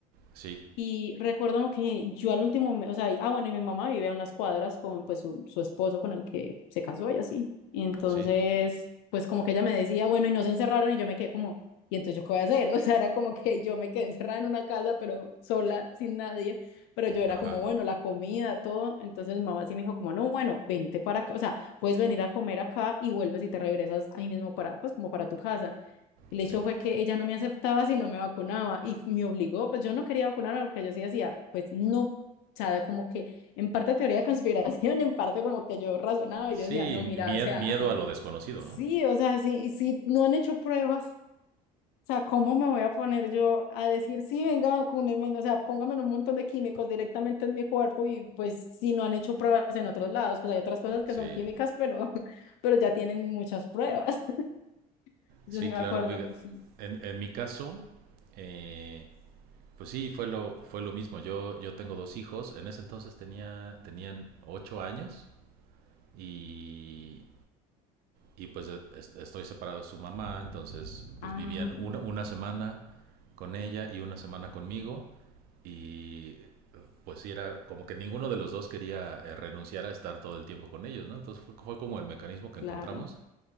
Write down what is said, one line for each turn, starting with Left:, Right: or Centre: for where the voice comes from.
Right: Sí,
Left: Y recuerdo que yo al último, me- o sea, y- ah, bueno, y mi mamá vive a unas cuadras con pues su, su esposo con el que se casó y así. Y entonces,
Right: sí.
Left: pues como que ella me decía, bueno, y no se encerraron y yo me quedé como, ¿y entonces yo qué voy a hacer? <laughs> O sea, era como que yo me quedé encerrada en una casa, pero sola, sin nadie. Pero yo era
Right: Ajá,
Left: como, bueno, la comida, todo. Entonces mi mamá sí me dijo como, no, bueno, vente para acá, o sea, puedes venir a comer acá y vuelves y te regresas ahí mismo para, pues como para tu casa. El
Right: sí.
Left: hecho fue que ella no me aceptaba si no me vacunaba y me obligó, pues yo no quería vacunarme porque yo sí decía, pues no, o sea, como que en parte teoría de conspiración, <laughs> en parte como que yo razonaba
Right: Sí,
Left: y yo decía, no, mira,
Right: mie-
Left: o sea,
Right: miedo
Left: <laughs>
Right: a lo desconocido,
Left: sí,
Right: ¿no?
Left: o sea, sí, sí, no han hecho pruebas, o sea, ¿cómo me voy a poner yo a decir, sí, venga, vacúnenme, o sea, pónganme un montón de químicos directamente en mi cuerpo y pues si no han hecho pruebas en otros lados, pues hay otras cosas que
Right: Sí,
Left: son químicas, pero, <laughs> pero ya tienen muchas pruebas. <laughs> Yo
Right: sí,
Left: sí me
Right: claro.
Left: acuerdo,
Right: Oiga,
Left: sí.
Right: En, en mi caso, eh, pues sí, fue lo, fue lo mismo. Yo, yo tengo dos hijos. En ese entonces tenía, tenían ocho años y, y pues est- estoy separado de su mamá, entonces pues
Left: Ah,
Right: vivían una, una semana con ella y una semana conmigo y pues sí, era como que ninguno de los dos quería eh, renunciar a estar todo el tiempo con ellos, ¿no? Entonces fue, fue como el mecanismo que
Left: Claro.
Right: encontramos